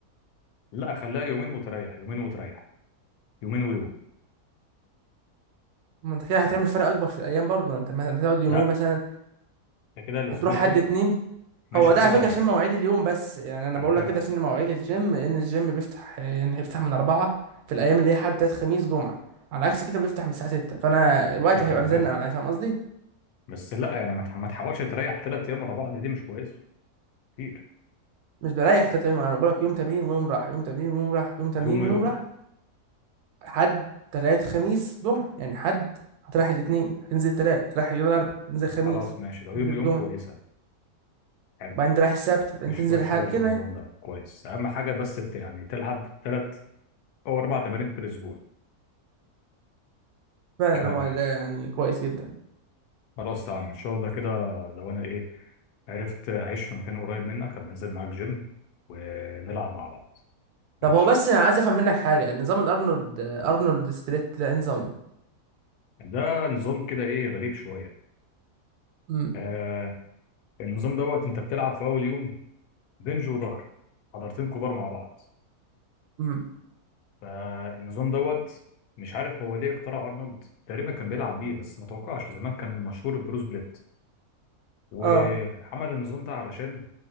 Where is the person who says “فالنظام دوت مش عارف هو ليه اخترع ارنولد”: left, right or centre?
Left